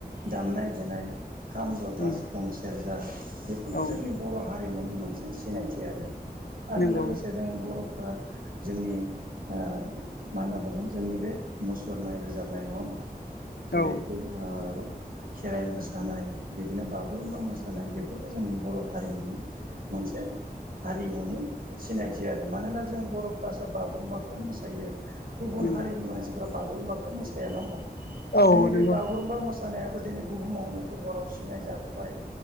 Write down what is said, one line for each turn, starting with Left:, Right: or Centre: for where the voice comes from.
Right: दामनाय देनाय खाम, जथा,
Left: उम
Right: सिफुं, सेरजा बेफोरबो
Left: औ
Right: जोंनि बर' हारिमुनि मोनसे सिनायथि आरो आरो
Left: नंगौ
Right: लोगोसे जोङो बर'फ्रा जोंनि ओ मा होनना बुगोन जोंनि बे मुसुरनाय रोजाबनाय नङा होमबा? जेरै
Left: औ
Right: बै ओ खेराइ मोसानाय, बिदिनो बागुरुमबा मोसानाय बेफोरबो जोंनि बर' हारिमुनि मोनसे हारिमुनि सिनायथि आरो मानोना जों बर'फ्रासो बागुरुम्बाखौ मोसायो। गुबुन
Left: नंगौ
Right: हारिनि मानसिफोरा बागुरुम्बाखौ मोसाया नङा होमबा?
Left: औ
Right: जोंनि बे
Left: नंगौ
Right: बागुरुम्बा मोसा नायाबो दिनै बुहुमावनो दरबाराव सिनाय जाबोबाय